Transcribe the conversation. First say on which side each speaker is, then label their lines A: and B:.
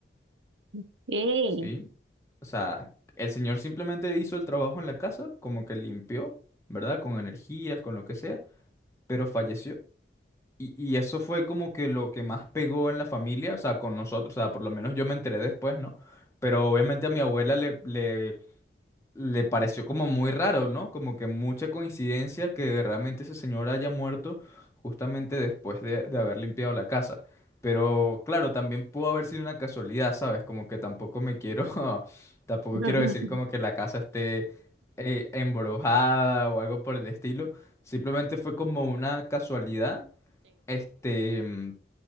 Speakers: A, on the right (about 85°); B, on the left (about 15°).
A: Sí. Sí.
B: ¿sí? O sea, el señor simplemente hizo el trabajo en la casa, como que limpió, ¿verdad? Con energías, con lo que sea, pero falleció. Y, y eso fue como que lo que más pegó en la familia, o sea, con nosotros, o sea, por lo menos yo me enteré después, ¿no? Pero obviamente a mi abuela le, le, le pareció como muy raro, ¿no? Como que mucha coincidencia que realmente ese señor haya muerto justamente después de, de haber limpiado la casa. Pero claro, también pudo haber sido una casualidad, ¿sabes? Como que tampoco me quiero, <laughs> tampoco
A: <laughs>
B: quiero decir como que la casa esté eh, embrujada o algo por el estilo. Simplemente fue como una casualidad este, mm,